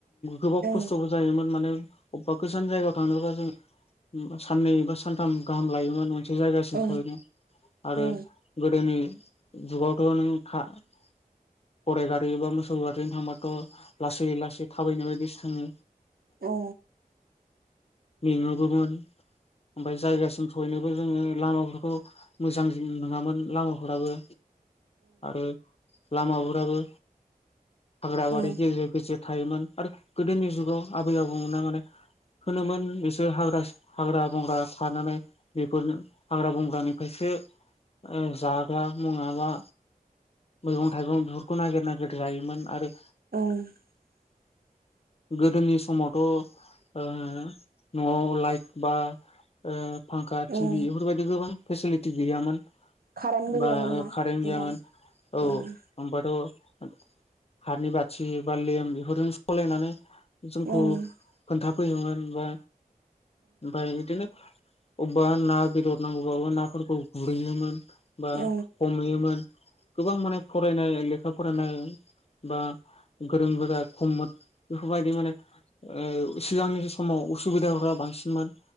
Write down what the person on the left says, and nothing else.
गोबाव
खस्थ'बो जायोमोन माने अबेबा गोजान जायगायाव थांनोबा जों साननै बा सानथाम गाहाम लायोमोन मोनसे जायगासिम
सहैनो आरो
गोदोनि जुगावथ' नों गराइ गारि बा मोसौ गारिजों थांबाथ' लासै लासै थाबायनाय बायदिसो थाङो
मेंङोबोमोन ओमफ्राय जायगासिम सहैनोबो जोङो लामाफोरखौ मोजां जिन नङामोन लामाफोराबो आरो लामाफोराबो हाग्रा बारि
गेजेर गेजेर थायोमोन। आरो गोदोनि जुगाव आबै आबौमोननो माने होनोमोन बिसोर हाग्रा हाग्रा बंग्रा खानानै बेफोर हाग्रा बंग्रानिफ्रायसो सो ओ जाग्रा मुङाबा मैगं थाइगं बेफोरखौ नागिर नागिर जायोमोन आरो
गोदोनि समावथ' ओ न'आव लाइक बा ओ फांखा, टि
भि बेफोरबायदि गोबां फेसिलिटि गैयामोन।
बा
कारेन्ट
गैयामोन औ होनोमबाथ'
हाथनि बाथि बालेम बेफोरजों सलायनानै जोंखौ
खोन्थाफैयोमोन बा ओमफाय बिदिनो अबबा ना बेदर नांगौबाबो नाफोरखौ गुरहैयोमोन बा
हमहैयोमोन गोबां माने फरायनाय लेखा फरायनाय बा गोरों गोरा खममोन बेफोरबायदि माने ओ सिगांनि समाव उसुबिदाफोरा बांसिनमोन।